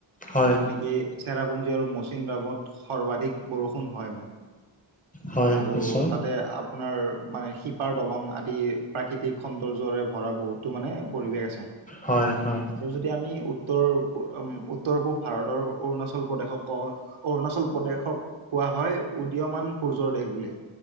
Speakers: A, on the left; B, on the right.
A: হয়
B: য'ত নেকি, চেৰাপুঞ্জী আৰু মৌচিনৰামত সৰ্বাধিক বৰষুণ হয়, মানে।
A: হয়
B: আৰু
A: হয় নিশ্চয়
B: তাতে, আপোনাৰ মানে, শিপাৰ দলং আদি, প্ৰাকৃতিক সৌন্দৰ্যৰে ভৰা বহুতো মানে, পৰিৱেশ আছে।
A: হয়, হয়!
B: এতিয়া আমি, উত্তৰ, উত্তৰ-পূব ভাৰতৰ অৰুণাচল অৰুণাচল প্ৰদেশক কওঁ। অৰুণাচল প্ৰদেশক কোৱা হয়, উদীয়মান সূৰ্যৰ দেশ বুলি।